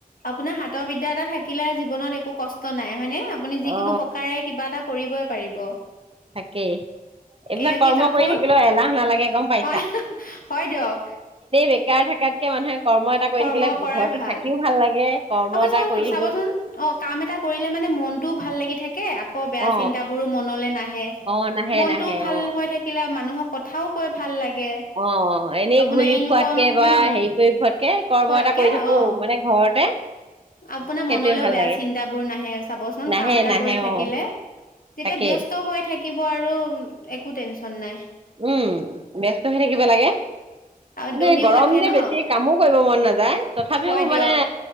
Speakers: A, on the left; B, on the right.
A: আপোনাৰ হাতৰ বিদ্যা এটা থাকিলে জীৱনত একো কষ্ট নাই হয়নে আপুনি
B: অ
A: যিকোনো প্ৰকাৰে কিবা এটা কৰিবই পাৰিব
B: তাকেই এইবিলাক
A: এ কি
B: কৰ্ম
A: কাপোৰ
B: কৰি থাকিলেওঁ এলাহ নালাগে গম পাই
A: হয় হয় দিয়ক
B: বেকাৰ থাকাতকে মানুহে কৰ্ম এটা কৰি
A: কৰ্ম
B: থাকিলে
A: কৰাই
B: ঘৰতো
A: ভাল
B: থাকিও লাগে কৰ্ম
A: আপুনি
B: এটা
A: চাবচোন
B: কৰি থাকিব
A: চাবচোন অঁ কাম এটা কৰিলে মানে মনটোও ভাল লাগি থাকে কে আকৌ বেয়া
B: অ
A: চিন্তাবোৰো মনলৈ নাই
B: অ নাহে
A: মনটো
B: নাহে
A: ভাল
B: অ
A: হৈ থাকিলে মানুহৰ কথাওঁ ভাল লাগে <unintelligible>
B: অ এনেই ঘূৰি ফুৱাতকে বা হেৰি কৰি ফুৱাতকে কৰ্ম এটা কৰি থাকো মানে ঘৰতে সেইটোৱে ভাল লাগে নাহে নাহে অ তাকেই
A: থাকিব আৰু একো টেনশন নাই
B: উম বস্ত হৈ থাকিবা লাগে
A: আৰু
B: মানে
A: দহিও
B: গৰম
A: গাঠে
B: যে
A: ন
B: বেছি কামো কৰিব মন নাযায় তথাপিও
A: হয় দিয়ক
B: মানে